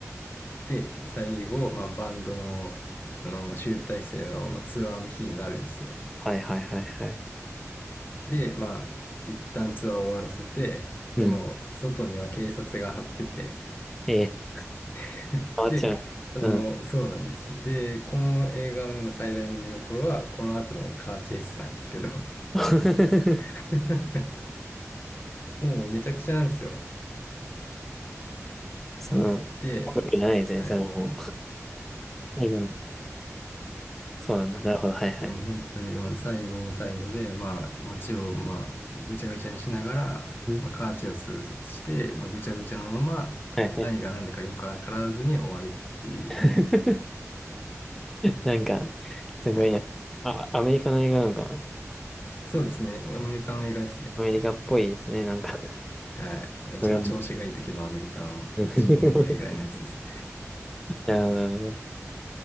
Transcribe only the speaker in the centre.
はいはいはいはい。
うん。
えー
変わっちゃう。
うん。
<laughs>
その、
僕じゃないですね、
それはもう。最後の、そうなんだ。なるほど、はいはい。
うん
はいはい。
<laughs> なんか、すごいね。
あ、アメリカの映画なのかな
アメリカっぽいですね、なんか。
わかんない。うん <laughs> なるほど、なるほど。